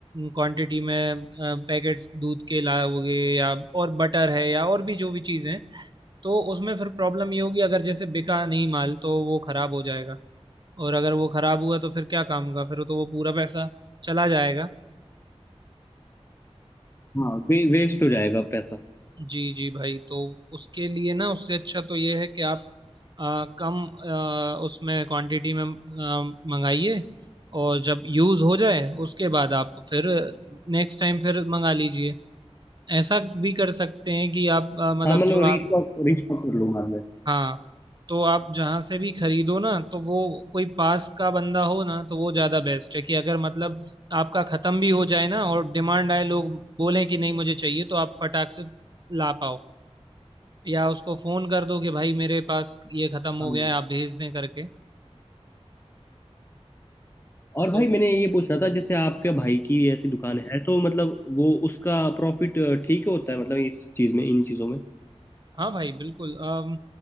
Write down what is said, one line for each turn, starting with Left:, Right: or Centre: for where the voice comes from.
Right: क्वांटिटी में पैकेट्स दूध के लाओगे या और बटर है या और भी जो भी चीज़ है तो उसमें फिर प्रॉब्लम ये होगी अगर जैसे बिका नहीं माल तो वो खराब हो जाएगा और अगर वो खराब हुआ तो फिर क्या काम का फिर तो वो पूरा पैसा चला जाएगा
Left: हाँ वे, वेस्ट हो जाएगा पैसा
Right: जी जी भाई तो उसके लिए ना उससे अच्छा तो ये है कि आप आ, कम आ, उसमें क्वांटिटी में आ, मंगाइए और जब यूज़ हो जाए उसके बाद आप फिर नेक्स्ट टाइम फिर मंगा लीजिए ऐसा भी कर सकते हैं कि आप आ, मतलब
Left: हाँ मतलब
Right: जो
Left: रिस्टॉक
Right: आप
Left: रिस्टॉक कर लूंगा मैं
Right: हाँ तो आप जहाँ से भी खरीदो ना तो वो कोई पास का बंदा हो ना तो वो ज़्यादा बेस्ट है कि अगर मतलब आपका ख़त्म भी हो जाए ना और डिमांड आए लोग बोलें कि नहीं मुझे चाहिए तो आप फटाक से ला पाओ या उसको फ़ोन कर दो कि भाई मेरे पास ये ख़त्म
Left: हाँ।
Right: हो गया है आप भेज दें करके
Left: और
Right: तो
Left: भाई मैंने ये पूछना था जैसे आपके भाई की ऐसी दुकान है तो मतलब वो उसका प्रॉफिट ठीक होता है मतलब इस चीज में इन चीजों में
Right: हाँ भाई बिल्कुल अम,